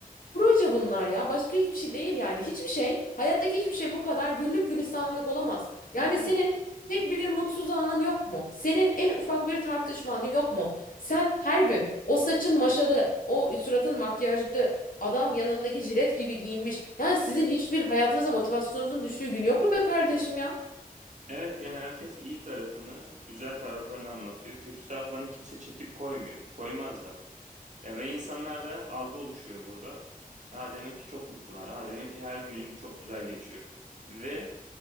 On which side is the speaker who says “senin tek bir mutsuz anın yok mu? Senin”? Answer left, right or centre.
Left